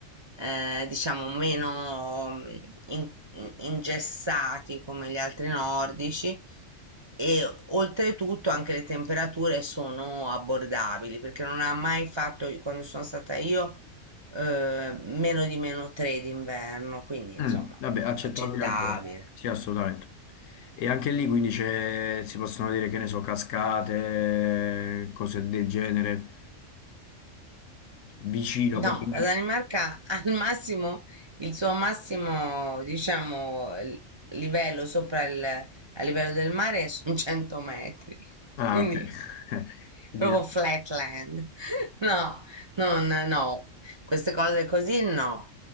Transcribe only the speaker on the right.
eh, diciamo, meno mm, in- in- ingessati come gli altri nordici e oltretutto anche le temperature sono abbordabili, perché non ha mai fatto, quando sono stata io, eh, meno di meno 3 d'inverno, quindi insomma,
accettabile.
No,
la Danimarca <laughs> al massimo, il suo massimo, diciamo, l- livello sopra il, a livello del mare sono 100 metri.
<laughs> Quindi
proprio flatland. <laughs> No, non, no, queste cose così no.